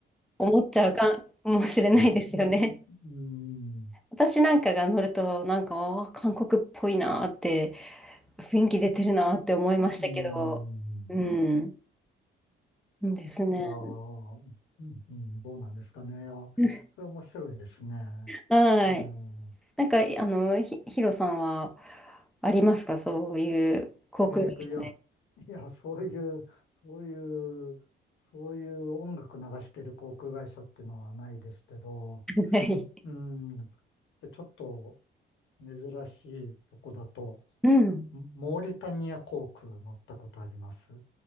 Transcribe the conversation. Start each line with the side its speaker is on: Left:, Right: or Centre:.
Centre: 思っちゃうかもしれないですよね。
Left: うん。うん。
Centre: 私なんかが乗ると、なんか、あー韓国っぽいなーって、雰囲気出てるなーって思いましたけど、
Left: うん。
Centre: うん、ですね。
Left: いやー、うん、うん、どうなんですかね。あ、
Centre: <laughs>
Left: それ面白いですね。
Centre: はい。
Left: うん、
Centre: なんか、あの、ひ、ヒロさんはありますかそういう航空会社で。
Left: えっと、いや、いや、そういう、そういう、そういう音楽流してる航空会社っていうのはないですけど、
Centre: <laughs> はい。
Left: うん、で、ちょっと珍しいとこだと、
Centre: うん。
Left: モーリタニア航空乗ったことあります。